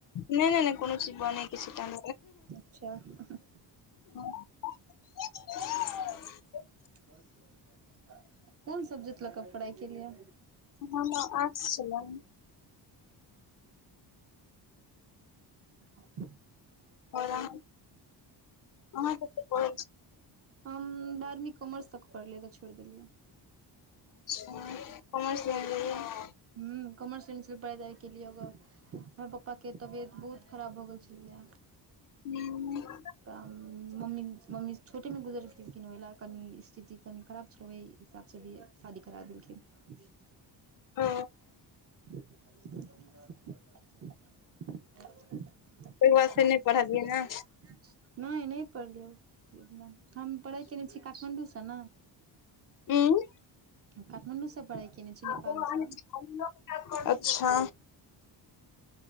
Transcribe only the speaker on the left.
नहि नहि नहि कोनो चीज बनैके छै ताहि
हां <unintelligible>
हम आर्ट्स छलहुँ
और अहाँ, अहाँ कते पढ़ल छी।
अच्छा कॉमर्स लेने रैहिये।
हूँ
औ।
बाद फेर नहि पढ़लियै ने
उँ
<unintelligible>
अच्छा